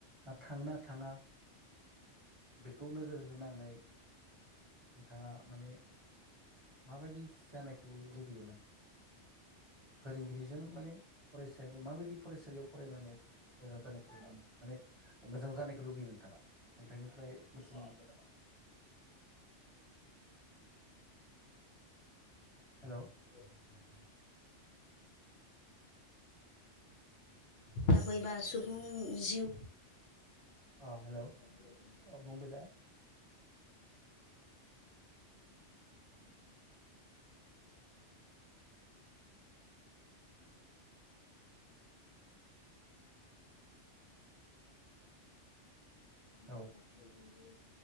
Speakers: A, on the right; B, on the left.
A: ना थांना थांङा बेखौ नोजोर हो होनानै नोंथाङा माने माबायदि जानायखौ लुबैयो माने फोरोंगिरि जों माने फरायसायाबो माबायदि फरायसालियाव फरायनानै मोजां जानायखौ माने माने मोजां जानायखौ लुबैयो नोंथाङा नोंथांनिफ्राय मिथिनो मोनगोन नामा हेलौ
B: <inaudible> थाबैबा सुबुं जिउ
A: अ हेलौ
B: माखासे
A: आ बुंदो दा
B: <inaudible> मोनाब्लाथाय
A: औ
B: रबो